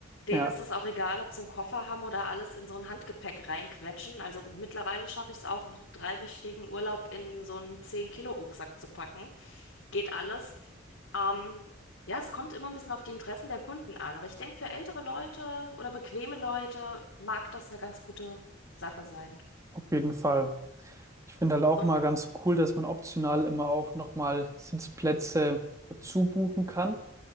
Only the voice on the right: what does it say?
Ja,
auf jeden Fall. Ich finde halt auch
mal ganz cool, dass man optional immer auch nochmal Sitzplätze dazu buchen kann.